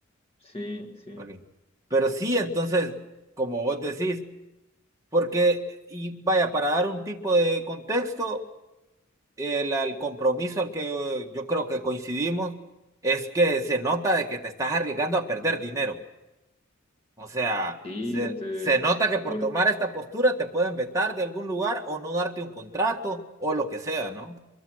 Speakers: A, on the left; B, on the right.
A: sí, sí.
B: Ok. Pero sí, entonces, como vos decís, porque, y vaya, para dar un tipo de contexto, el, el compromiso al que eh, yo creo que coincidimos es que se nota de que te estás arriesgando a perder dinero. O sea,
A: Sí,
B: se,
A: este,
B: se nota que por
A: sobre-
B: tomar esta postura te pueden vetar de algún lugar o no darte un contrato o lo que sea, ¿no?